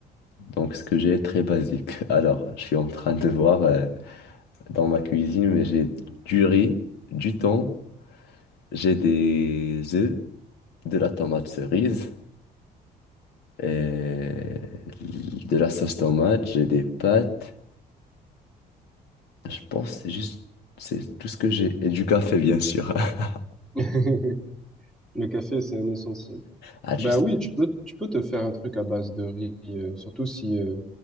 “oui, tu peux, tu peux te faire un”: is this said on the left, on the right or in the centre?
Centre